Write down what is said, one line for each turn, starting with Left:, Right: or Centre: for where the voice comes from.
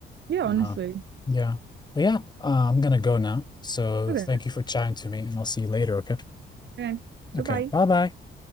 Right: Yeah,
Left: Uh,
Right: honestly.
Left: yeah, but yeah, uh, I'm gonna go now. So
Right: Okay.
Left: thank you for chatting to me, and I'll see you later. Okay.
Right: Okay. Goodbye.
Left: Okay. Bye bye.